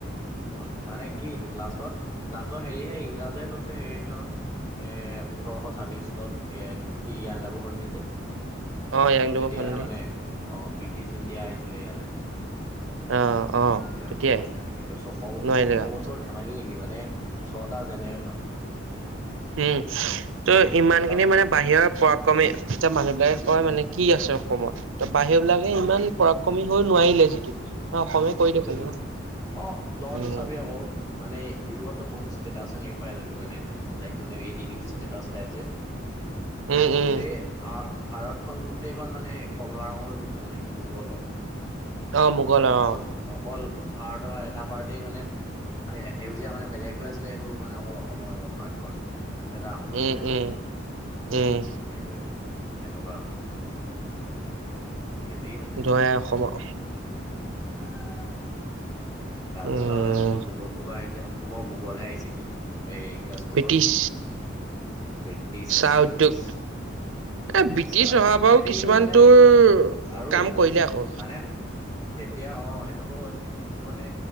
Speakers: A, on the left (about 20°); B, on the right (about 80°).
A: ন মানে কি লাষ্টত লাষ্টৰ হেৰিহে ইংৰাজেহে লৈছে। এ জনক এ ওঠৰশ ছাব্বিশত এ কি ইণ্ডাবু সন্ধি যে
B: অ একডাবু
A: তেতিয়া
B: সন্ধি
A: মানে
B: -
A: অ ব্ৰিটিছ ইণ্ডিয়া আহিছিলে ইয়ালৈ।
B: অ অ
A: এতিয়া
B: তেতিয়াই
A: তেনেকে এয়া ছশ
B: নোৱাৰিলে
A: ছশ
B: আও
A: বছৰ ধেমালি নেকি। মানে ছটা জেনেৰে্যন
B: উম ত' ইমান খিনি
A: জেনেৰেশ্যন
B: মানে বাহিৰৰ পৰাক্ৰম এয়া মানুহবিলাক কয় মানে কি আছ অসমত ত বাহিৰ বিলাকে ইমান
A: উম
B: পৰাক্ৰমী হৈ নোৱাৰিলে যিটো তমে ক
A: সেইটোৱেতো
B: দেখাল ন।
A: অ তইতো
B: উম
A: চাবি আকৌ মানে ইউৰোপতো বহুত ষ্টেট আছে এনেকে পাই যাবি মানে লাইক ইও স্টেটাছ পাই যে
B: উম উম
A: গোটেই ভ ভাৰতখন গোটেই খন মানে কমলা ৰঙৰ হৈ গৈছিলে মানে কি মোগলৰ।
B: অ মোগল
A: অকল
B: অ
A: অকল ভাৰতৰ এটা পাৰ্টি মানে। এ সেউজীয়া মানে বেলেগ হৈ আছিলে সেইটো মানে অকল অসমৰত পঠখনণ। এ আহমদ
B: উম,
A: ছালমানানে
B: উম,
A: সেইটোৱে।
B: উম,
A: তেনেকুৱা মানে হেভি মানে
B: জয় আই অসম ক
A: উম তাৰপিছত
B: উম,
A: আৰু এই হুপা মোগল হুপা আহিলে আৰু মই ভোগলহে আহিছে কি এ ইংৰাজ কবা
B: ব্ৰিটিছ
A: ব্ৰিটিছ
B: চাহ
A: ব্ৰিটিছ।
B: উদ্যোগ এ ব্ৰিটিছ
A: চাহ
B: অহাৰ পৰাও
A: হেতি
B: কিছুমান
A: কিন্তু মানে
B: তোৰ
A: আৰু
B: কাম কৰিলে আকৌ
A: মানে তেতিয়া অ সেইটো হয় কিন্তু মানে